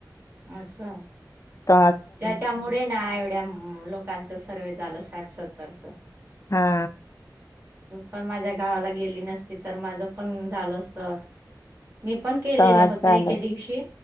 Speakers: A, on the right; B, on the left.
A: असश
B: त
A: त्याच्यामुळे ना एवढ्या लोकांच सर्वे झालं साठ सत्तरच
B: हा
A: पण माझ्या गावाला गेली नसती तर माझं पण झालं असत मी पण केलेलं
B: तेव्हा झालं
A: होते एके दिवशी